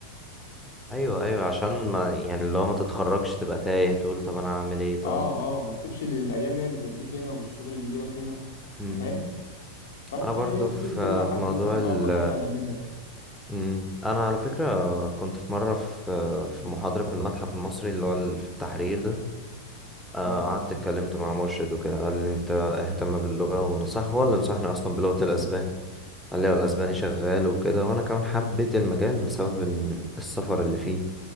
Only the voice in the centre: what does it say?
ايوه ايوه عشان ما يعني اللي هو ما تتخرجش تبقى تايه تقول طب انا هعمل ايه طب
مم.
انا برضو
في
في موضوع
ال
مم. انا على فكرة كنت في مرة في في محاضرة في المتحف المصري اللي هو ال- في التحرير ده آه،
قعدت اتكلمت مع مرشد وكده قال لي انت اهتم باللغة ونصح هو اللي نصحني اصلا بلغة الاسباني قال لي هو الاسباني شغال وكده وانا كمان حبيت المجال بسبب إن السفر اللي فيه